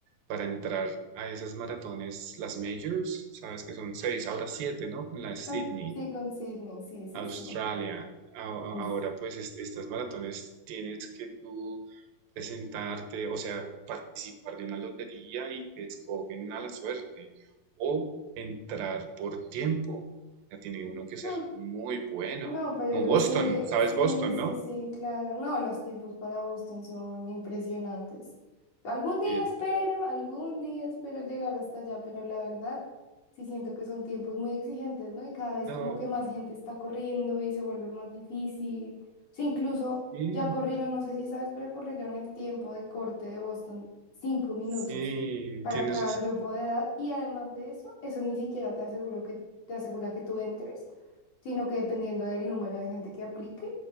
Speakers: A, on the right (about 80°); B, on the left (about 45°).
A: para entrar a esas maratones, las majors, sabes que son seis, ahora siete, ¿no? Con la de Sydney.
B: Ah, sí, con Sydney, sí, sí,
A: Australia.
B: sí.
A: A- a-
B: Uf.
A: Ahora, pues, est- estas maratones tienes que tú presentarte, o sea, participar de una lotería y te escogen a la suerte o entrar por tiempo. O sea, tiene uno que ser
B: Hmm.
A: muy bueno.
B: No, pero
A: Como
B: eso
A: Boston,
B: sí,
A: ¿sabes
B: sí,
A: Boston,
B: sí,
A: no?
B: sí, claro. No, los tiempos para Boston son impresionantes. Algún día
A: Y él,
B: espero, algún día espero llegar hasta allá, pero la verdad sí siento que son tiempos muy exigentes, ¿no? Y cada vez
A: no,
B: como que más gente está corriendo y se vuelve más difícil. Sí, incluso
A: sí,
B: ya corrieron, no sé si sabes, pero corrieron el tiempo de corte de Boston, cinco minutos
A: sí,
B: para
A: tienes
B: cada
A: razón.
B: grupo de edad. Y además de eso, eso ni siquiera te aseguro que, te asegura que tú entres sino que dependiendo del número de gente que aplique,